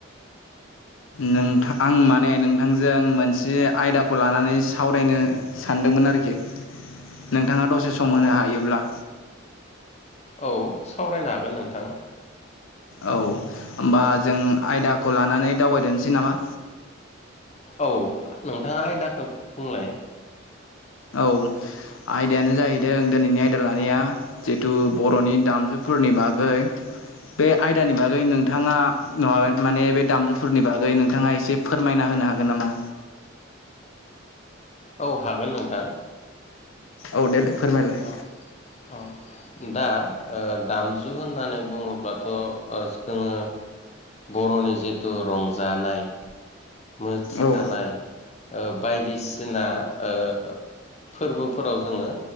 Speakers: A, on the left; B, on the left.
A: नोंथां आं माने नोंथांजों मोनसे आयदाखौ लानानै सावरायनो सानदोंमोन। मोन आरोखि नोंथाङा दसे सम
B: अ
A: होनो हायोब्ला।
B: औ सावरायनो हागोन नोंथां।
A: औ होमबा जों आयदाखौ लानानै दावबायदोनोसै नामा?
B: औ नोंथांङा आयदाखो बुंलाय।
A: औ आयदायानो जाहैदों दिनैनि आयदा लानाया जिहेथु बर'नि दामजु फोरनि बागै बे आयदानि बागै नोंथाङा <unintelligible> माने बे दामजुफोरनि बागै नोंथाङा एसे फोरमायना होनो हागोन नामा?
B: औ हागोन नोंथां।
A: औ देलाय फोरमायलाय।
B: औ औ दा ओ दामजु होननानै बुंङोब्लाथ' ओ जोंङो बर'नि जिथु रंजानाय मोसानाय
A: औ
B: ओ बायदिसिना ओ फोरबोफोराव जोंङो